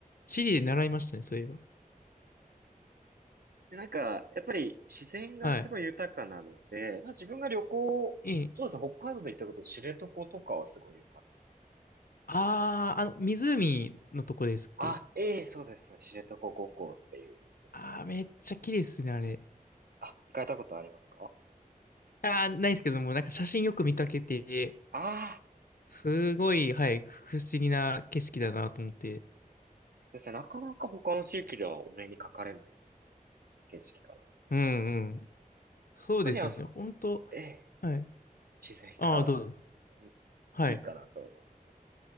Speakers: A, on the left; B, on the right.
A: 地理で習いましたね、そういえば。
B: で、なんか、やっぱり自然がすごい豊かなので、
A: はい。
B: まあ、自分が旅行、
A: ええ。
B: そうですね、北海道で行ったこと、知床とかはすごい良かった。
A: あー、あの、湖のとこですっけ。
B: あ、ええ、そうですね、知床五湖っていう湖だ。
A: あー、めっちゃ綺麗ですね、あれ。
B: あ、行かれたことありますか
A: あー、ないですけども、なんか写真よく見かけて、
B: ああ
A: すごい、はい、不思議な景色だなと思って。
B: ー、ですね、なかなか他の地域ではお目にかかれない景色かな
A: うんうん。そうですよね、
B: やっぱりあそこ、
A: ほんと。
B: ええ、
A: はい。
B: 自然が本当に
A: あー、どうぞ。はい。
B: いいかなと思います